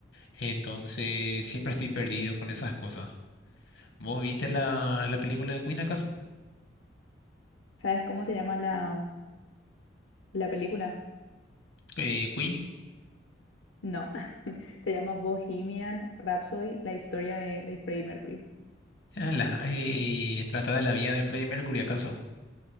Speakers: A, on the left; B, on the left.
A: Entonces, siempre estoy perdido con esas cosas. ¿Vos viste la, la película de Queen acaso?
B: ¿Sabes cómo se llama la, la película?
A: Eh, Queen.
B: No, <laughs> se llama Bohemian Rhapsody, la historia de, de Freddie Mercury.
A: Ah, la, eh, trata de la vida de Freddie Mercury acaso.